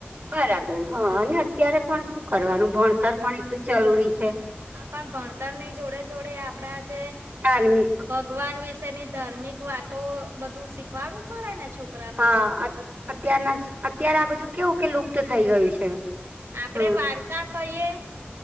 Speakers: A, on the right; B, on the right.
A: બરાબર. હ, અને અત્યારે પણ શું કરવાનું, ભણતર પણ એટલું જ જરૂરી છે.
B: હા, પણ ભણતર ની જોડે જોડે, આપડા જે
A: ધાર્મિક
B: ભગવાન વિશેની ધાર્મિક વાતો, બધું શીખવાડવું પડે ને, છોક
A: હા, અત્યારના અત્ય્યારે, આ બધું કેવું કે, લુપ્ત થઈ ગયું છે.
B: આપણેે
A: હમ
B: વાર્તા. પહી